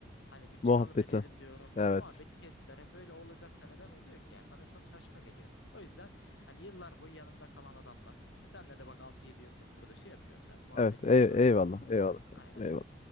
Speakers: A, on the left; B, on the left.
A: Hani bir çıkalım
B: Muhabbeti.
A: edelim diyorum.
B: Evet.
A: E, Muhabbeti kestiler. E, böyle olacaksa neden oluyor ki yani? Bana çok saçma geliyor. O yüzden Hani yıllar boyu yanımda kalan adamlar. E senle de bak altı yedi yıldır burada şey yapıyoruz. Hani muhabbetimiz
B: Evet. Ey-
A: var.
B: eyvallah. Eyvallah.
A: Aynen.
B: Eyvallah.